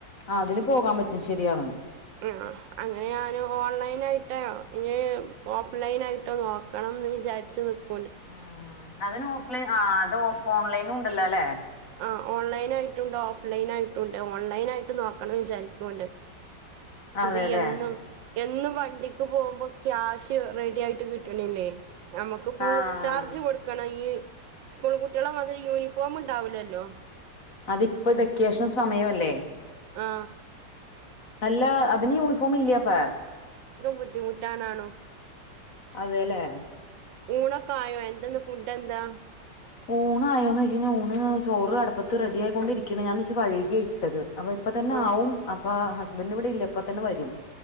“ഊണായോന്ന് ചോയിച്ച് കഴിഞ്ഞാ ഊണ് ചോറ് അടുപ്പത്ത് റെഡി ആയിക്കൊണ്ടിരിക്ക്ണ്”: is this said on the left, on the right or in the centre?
Left